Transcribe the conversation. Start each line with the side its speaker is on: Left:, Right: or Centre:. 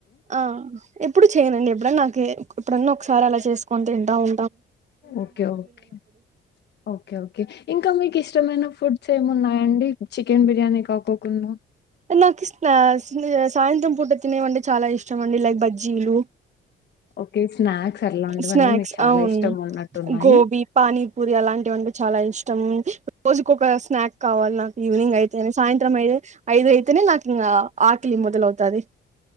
Right: ఆ ఎప్పుడు చేయనండి ఎప్పుడన్నా కే ఎప్పుడన్న ఒకసారి అలా చేసుకొని తింటా ఉ
Left: ఓకే ఓకే ఓకే ఓకే ఇంకా మీకు ఇష్టమైన ఫుడ్స్ ఏమి ఉన్నాయండి చికెన్ బిర్యానీ కాకోకుండా
Right: నాకు స్నాస్ సాయంత్రం పూట తినేవంటే చాలా ఇష్టం అండి లైక్ బజ్జీలు
Left: ఓకే స్నాక్స్ అట్లాంటివన్నీ
Right: స్నాక్స్
Left: మీకు చాలా
Right: అవును
Left: ఇష్టం ఉన్నట్టున్నాయి
Right: గోబి పానీపూరి అలాంటివి చాలా ఇష్టం రోజుకు ఒక స్నాక్ కావాలి నాకు ఈవినింగ్ అయితే సాయంత్రం అయితే ఐదు ఐతేనే నాకింగా ఆక్లి మొదలు అవుతాది